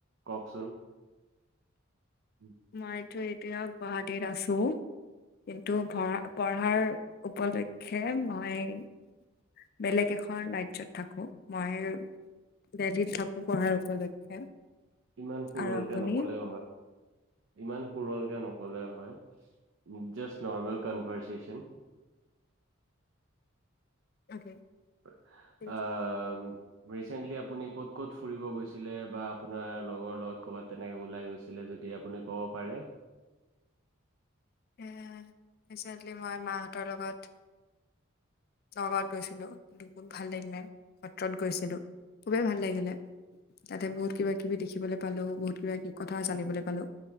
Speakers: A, on the right (about 65°); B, on the left (about 50°).
A: কওকচোন। উম
B: মইটো এতিয়া গুৱাহাটীত আছো। কিন্তু পঢ়া পঢ়াৰ উপলক্ষে মই। বেলেগ এখন ৰাজ্যত। থাকো মই দেল্লহিত থাকো পঢ়াৰ উপলক্ষে
A: ইমান সুৰলকে
B: আৰু আপুনি?
A: নকলেও হয়। ইমান ‌সুৰল‌ নকলেও হয়। Just normal conversation.
B: অকে।
A: অ',
B: ঠিক আছে।
A: আহ ৰিচেণ্টলি আপুনি ক'ত ক'ত ফুৰিব গৈছিলে? বা আপোনাৰ লগৰ লগত ক'ৰবাত তেনেকে ওলাই গৈছিলে? যদি আপুনি। ক'ব পাৰে।
B: এ, ৰিচেণ্টলি মই মাৰহতৰ লগত- নগাঁৱত গৈছিলো। ভাল লাগিলে সত্ৰত গৈছিলো। খুবেই ভাল লাগিলে। তাতে বহুত কিবা কিবি দেখিবলৈ পালো। বহুত কিবা কিবি কথা জানিবলৈ পালো